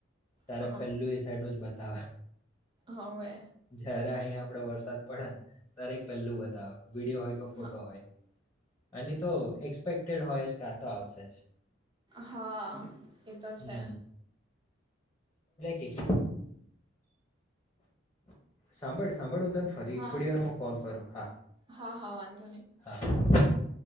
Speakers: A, on the left; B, on the right.
A: તારે
B: હ
A: પેલું એ સાઈડ નું જ બ ત
B: હવે
A: જરા અહીં આપડે વરસાદ પડન તારે પહેલું બતાવે વિડીિયો હોય કે ફોટો
B: હ
A: હોય અને તો એક્સપેક્ટેડ હોય જ કાં તો આવશે જ
B: હા એતો છે
A: હમ ખજ સાંભળ સાંભાળ તને ફરી
B: હા
A: થોડી વાર હું કોલ કરો હા
B: હા, હા, વાધો
A: હા <unintelligible>